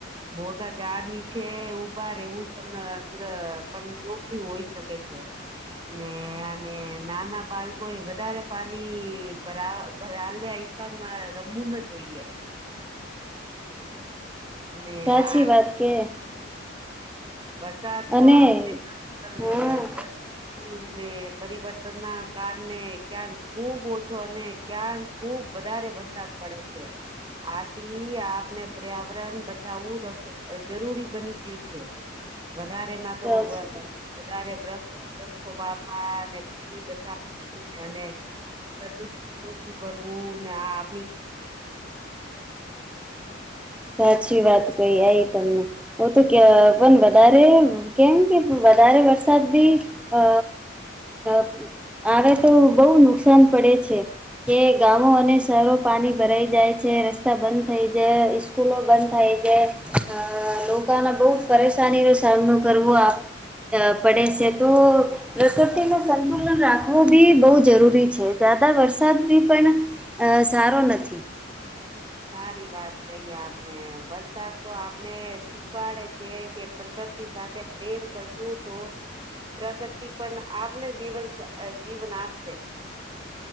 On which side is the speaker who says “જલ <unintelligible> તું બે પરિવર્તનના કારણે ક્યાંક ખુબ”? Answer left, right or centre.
Right